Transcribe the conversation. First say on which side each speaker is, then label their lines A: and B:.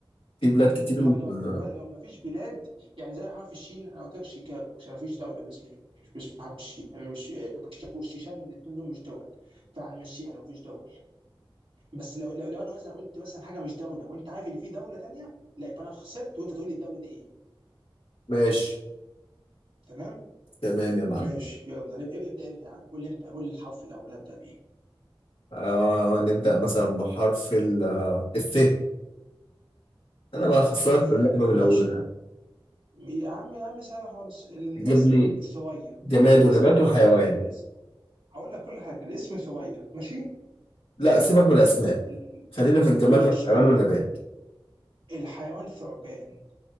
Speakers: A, on the left (about 80°); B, on the right (about 75°).
A: في بلاد كتير
B: ما لو
A: آه،
B: بل لو ما فيش بلاد يعني زي حرف الشين انا قلت لك شيكاغو عشان ما فيش دوله باسم باسم حرف الشين يعني مش شيكاغو والشيشان الاثنين دول مش دول فهنمشيها لو ما فيش دول بس لو لو, لو انا مثلا قلت مثلا حاجه مش دوله وانت عارف ان في دوله تانيه لا يبقى انا خسرت وانت تقول لي الدوله دي ايه
A: ماشي
B: تمام
A: تمام يا معلم
B: ماشي يلا اب- اب- ابدا انت يا عم قول لي انت قول لي الحرف الاول ابدا بيه
A: آه نبدأ مثلا بحرف ال آه، الث أنا بقى خسرت
B: الثاء
A: في اللعبة من
B: ماشي
A: أولها
B: يا عم يا عم سهله خالص الاسم
A: تجيب لي
B: ثريا
A: جماد
B: اسم
A: ونبات
B: بنت
A: وحيوان
B: الاسم هقول لك كل حاجه الاسم ثريا ماشي
A: لا سيبك من الأسماء
B: ال...
A: خلينا في الجماد
B: ماشي
A: والحيوان
B: ال...
A: والنبات
B: الحيوان ثعبان